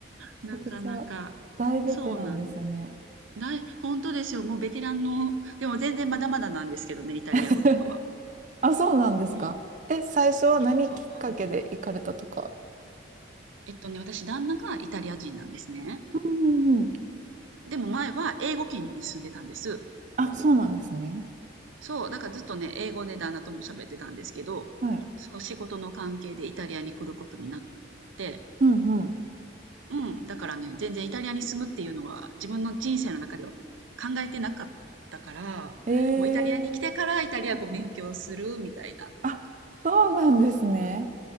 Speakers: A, on the right; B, on the right.
A: う、
B: ちゃくちゃ大ベテランですね。
A: なかなか。そうなんですだい本当ですよ、もうベテランのでも全然まだまだなんですけどね、イタリア語とかは。
B: <laughs> あ、そうなんですか。
A: うん。
B: え、最初は何きっかけで行かれたとか。
A: そう、でも、えっとね、私旦那がイタリア人なんですね。
B: うんうんうん。
A: でも前は英語圏に住んでたんです。
B: あ、そうなんですね。
A: そう、だからずっとね、英語で旦那とも喋ってたんですけど、
B: はい。
A: そう、仕事の関係でイタリアに来ることになって
B: うんうん。
A: うん、だからね、全然イタリアに住むっていうのは自分の人生の中では考えてなかったから、
B: ええ
A: もうイタリアに来てからイタリア語勉強するみたいな
B: うんあ、そうなんですね。